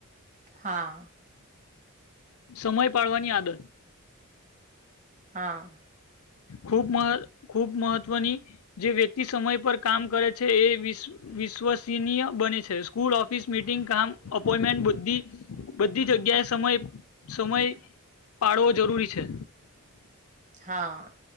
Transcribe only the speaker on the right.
હા.
હા.
હા.